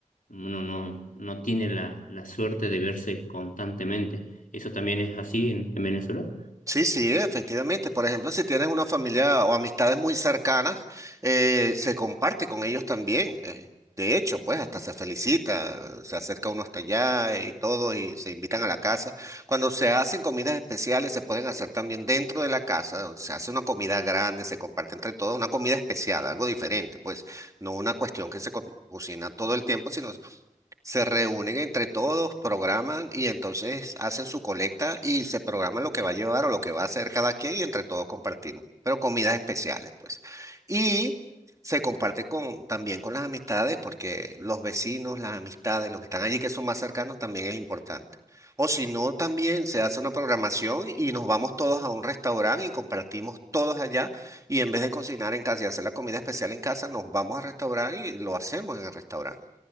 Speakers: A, on the left; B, on the right.
A: uno no, no tiene la, la suerte de verse constantemente. ¿Eso también es así en, en Venezuela?
B: Sí, sí, efectivamente. Por ejemplo, si tienes una familia o amistades muy cercanas, eh, se comparte con ellos también. eh. De hecho, pues hasta se felicita, se acerca uno hasta allá y todo, y se invitan a la casa. Cuando se hacen comidas especiales, se pueden hacer también dentro de la casa. o Se hace una comida grande, se comparte entre todos, una comida especial, algo diferente, pues no una cuestión que se co- cocina todo el tiempo, sino se reúnen entre todos, programan y entonces hacen su colecta y se programan lo que va a llevar o lo que va a hacer cada quien y entre todos compartimos, pero comidas especiales, pues. Y se comparte con, también con las amistades porque los vecinos, las amistades, los que están allí que son más cercanos también es importante. O si no, también se hace una programación y nos vamos todos a un restaurante y compartimos todos allá y en vez de cocinar en casa y hacer la comida especial en casa, nos vamos al restaurante y lo hacemos en el restaurante.